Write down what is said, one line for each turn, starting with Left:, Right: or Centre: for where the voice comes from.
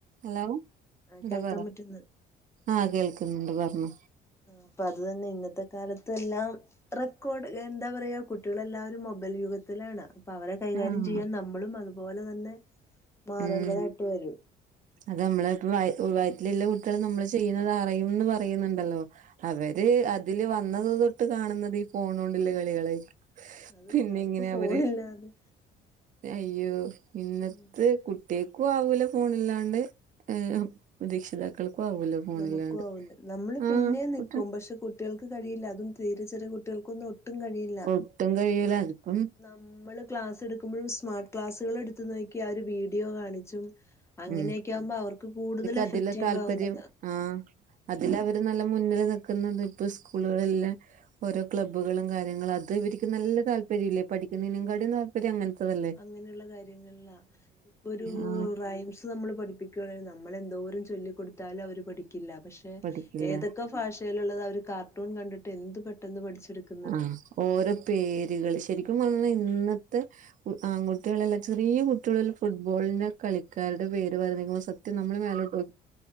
Right: Hello
Left: ആ
Right: എന്താ
Left: കേൾക്കാൻ
Right: പറ
Left: പറ്റുന്നു
Right: ആ കേൾക്കുന്നുണ്ട് പറഞ്ഞോ
Left: അപ്പൊ അത് തന്നെ ഇന്നത്തെ കാലത്ത് എല്ലാം റെക്കോർഡ് എന്താ പറയാ കുട്ടികളെല്ലാവരും മൊബൈൽ യുഗത്തിലാണ് അപ്പ അവരെ കൈകാര്യം
Right: ആഹ്
Left: ചെയ്യാൻ നമ്മളും അതുപോലെ തന്നെ മാറേണ്ടതായിട്ട്
Right: ഉം
Left: വരും
Right: അത് നമ്മള് ഇപ്പ വ വയ്റ്റില് ല്ലെ കുട്ട്യേള് നമ്മള് ചെയ്യ്ണത് അറിയുംന്ന് പറയ്ണ്‌ണ്ടല്ലോ അവര് അതില് വന്നത് തൊട്ട് കാണുന്നത് ഈ ഫോണോണ്ട്ല്ലെ കളികളായ്രിക്കും
Left: അത്
Right: പിന്നെ
Left: തന്നെ അവർക്ക്
Right: ഇങ്ങനെ
Left: ഫോണില്ലാതെ
Right: അവര് അയ്യോ ഇന്നത്തെ
Left: ഉം
Right: കു ട്ട്യേക്കും ആവൂല ഫോണില്ലാണ്ട് ഏഹ് രക്ഷിതാക്കൾക്കും ആവൂല ഫോണില്ലാണ്ട്
Left: നമുക്കും ആവൂല നമ്മള് പിന്നെ
Right: ആഹ്
Left: നിക്കും
Right: കുട്ട
Left: പക്ഷെ കുട്ടികൾക്കും കഴിയില്ല അതും തീരെ ചെറിയ കുട്ടികൾക്കൊന്നും ഒട്ടും കഴിയില്ല
Right: ഒട്ടും കഴിയൂലാ അതിപ്പം
Left: മ്മള് ക്ലാസ് എട്ക്ക്മ്പഴും സ്മാർട്ട് ക്ലാസ്സ്കളെട്ത്ത് നോക്ക്യാ അ ഒരു വീഡിയോ കാണിച്ചും അങ്ങനെയെക്കെ
Right: ഉം
Left: ആവുമ്പ അവർക്ക് കൂടുതലെഫെക്റ്റീവ്
Right: അതിലാ താല്പര്യം
Left: ആവുന്ന്
Right: ആഹ് അതില് അവര് നല്ല മുന്നില് നിക്ക്ന്നത് ഇപ്പൊ സ്കൂൾകളിൽല്ലെ ഓരോ ക്ലബ്ബ്കളും കാര്യങ്ങളും അത് ഇവര്ക്ക് നല്ലെ താല്പര്യല്ലേ പഠിക്ക്ന്നേനെക്കാട്ടിം താ ര് അങ്ങെൻത്തെതല്ലേ
Left: അങ്ങനെയുള്ള കാര്യങ്ങളാ ഇപ്പൊ ഒരു <unintelligible>
Right: ആഹ്
Left: നമ്മൾ പഠിപ്പിക്കാണ് നമ്മളെന്തോരം ചൊല്ലിക്കൊട്ത്താലും അവര് പഠിക്കില്ല പക്ഷെ
Right: പഠിക്കില്ല
Left: ഏതൊക്ക ഏത് ഭാഷയിലുള്ളതും അവ ഒരു കാർട്ടൂൺ കണ്ടിട്ട് എന്ത് പെട്ടെന്ന് പഠിച്ചെടുക്കും
Right: ആ ഓരോ പേരുകൾ ശരിക്കും പറഞ്ഞാ ഇന്നത്തെ കു ആൺകുട്ടികളെല്ലാം ചെറിയ കുട്ടികളെല്ലാം ഫുട്ബോളിന്നെ കളിക്കാര്ടെ പേര് പറയുന്നേക്കുമ്പം സ ക്ഷെ നമ്മള് മേലോട്ടോക്